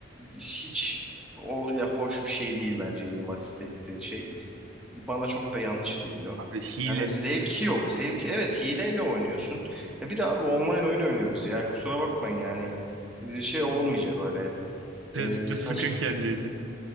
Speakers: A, in the centre; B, on the right (about 85°).
A: hiç o ya hoş bir şey değil bence aim assist dedikleri şey. Bana çok da yanlış geliyor.
B: Abi hile.
A: Yani zevki yok. Zevki evet hileyle oynuyorsun. E bir de abi online oyun oynuyoruz ya kusura bakmayın yani. E, Şey olmayacak öyle.
B: Birazcık da
A: E, saçma.
B: sıkın kendinizi.